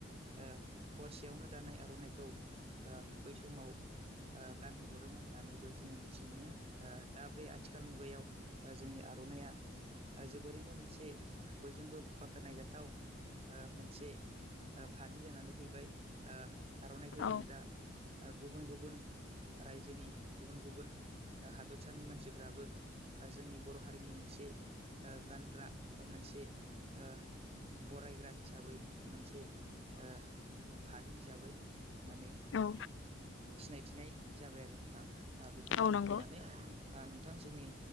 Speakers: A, on the right (about 30°); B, on the left (about 80°).
A: ओ हरसेयावनो दानाय आर'नाइखौ बै समाव गानहो हरोमोन होननानैबो जोङो मिथि मोनो। दा बे आथिखाल मुगायाव जोंनि आर'नाइया जोबोरैनो मोनसे बयजोंबो बाख्नायजाथाव मोनसे फालि जानानै फैबाय ओ आर'नाइखौ
B: औ
A: जोङो दा गुबुन गुबुन रायजोनि गुबुन गुबुन हादरसानि मानसिफ्राबो जोंनि बर' हारिनि मोनसे ओ गानग्रा बा मोनसे ओ बरायग्रा हिसाबै मोनसे ओ फालि हिसाबै माने
B: औ
A: सिनायथिनाय जाबाय आरो नोंथां बेखौनो
B: औ
A: आं
B: नंगौ
A: बुंनानै नोंथां जोंनि